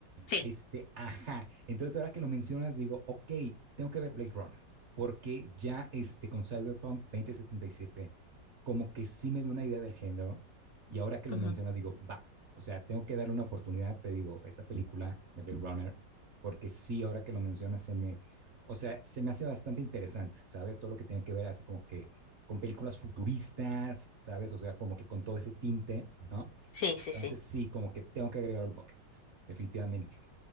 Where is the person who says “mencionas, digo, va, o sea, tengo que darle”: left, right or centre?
Right